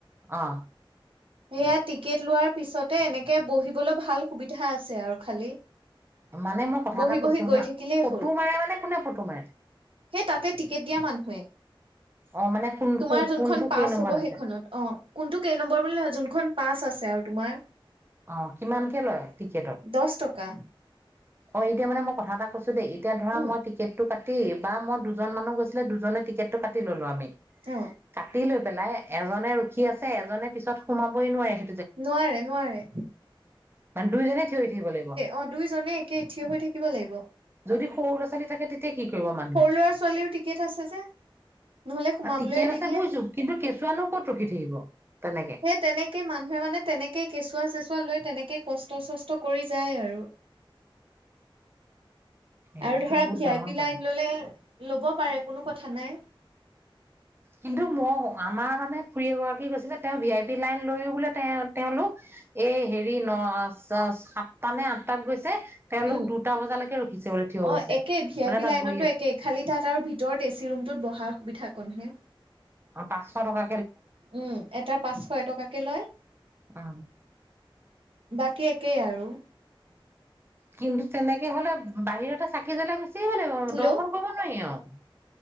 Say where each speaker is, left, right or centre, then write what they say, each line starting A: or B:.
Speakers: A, on the right; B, on the right.
A: অ'
B: সেয়া টিকেট লোৱাৰ পিছতে এনেকে বহিবলৈ ভাল সুবিধা আছে আৰু খালি।
A: মানে মই কথা
B: বহি
A: এটা
B: বহি
A: কৈছোঁ
B: গৈ
A: হাঁ,
B: থাকিলেই
A: ফটো
B: হ'ল
A: মাৰে মানে কোনে ফটো মাৰে?
B: সেই তাতে টিকেট দিয়া মানুহে,
A: অ মানে কোন
B: তোমাৰ যোনখন
A: কোনটো
B: পাছ
A: কেই নম্বৰত
B: হ'ব
A: আছে
B: সেইখনত অ কোনটো কেই নম্বৰ বুলি নহয় যোনখন পা মাছ আছে আৰু তোমাৰ?
A: অহ কিমানকে লয় টিকেটত?
B: দহ টকা
A: অ 'এতিয়া মানে মই কথা এটা কৈছো। দেই এতিয়া ধৰা
B: উম
A: মই টিকেটটো কাটো <unintelligible> বা মই দুজন মানুহ গৈছিলে দুজনে টিকেটটো কাটি ললো আমি।
B: অ
A: কাটি লৈ পেলাই এজনে ৰখি আছে, এজনে পিছত সোমাবই নোৱাৰে হে
B: নোৱাৰে-নোৱাৰে
A: মানে দুইজনে থিয় থাকিব লাগিব?
B: অ দুইজনে একে থিয় হৈ থাকিব লাগিব
A: যদি সৰু ল'ৰা ছোৱালী থাকে তেতিয়া কি কৰিব মানুহে?
B: সৰু ল'ৰা ছোৱালীও টিকেট আছে যে নহলে সোমাবলৈ
A: টিকেট
B: নিদিয়ে
A: আছে বুইছো কিন্তু কেঁচুৱানো ক'ত ৰখি থাকিব তেনেকে
B: সেই তেনেকে মানুহে মানে তেনেকেই কেঁচুৱা চে লৈ তেনেকে কষ্ট চষ্ট কৰি যায় আৰু
A: সেইটোতো
B: আৰু ধৰা
A: বহুত
B: ভি
A: ডাঙৰ
B: আই পি
A: কথা
B: লাইন ল'লে লব পাৰে কোনো কথা নাই।
A: কিন্তু ম আমাৰ মানে খুৰী এগৰাকী গৈছিলে তেওঁ ভি আই পি লাইন লৈ বোলে তে তেওঁলোক এই হেৰি ন সাতটা নে আঠটাত গৈছে তেওঁলোক
B: উম,
A: দুটা বজালৈকে ৰখিছে বোলে থিয় হৈছে
B: অ একে ভি
A: মানে
B: আই পি
A: তাত
B: লাইনতো
A: বহি আছে
B: একে খালি তাত আৰু ভিতৰত এচি ৰুমটোত বহাৰ সুবিধা কমহে।
A: অ পাঁচশ টকা
B: উম এটাৰ পাঁচশ এটকাকে লয়।
A: অ
B: বাকী একেই আৰু।
A: কিন্তু তেনেকে হ'লে বাহিৰতে চাকি জ্বলাই গুচি <unintelligible>
B: হেল্ল'
A: দৰ্শন কৰিব নোৱাৰি আৰু।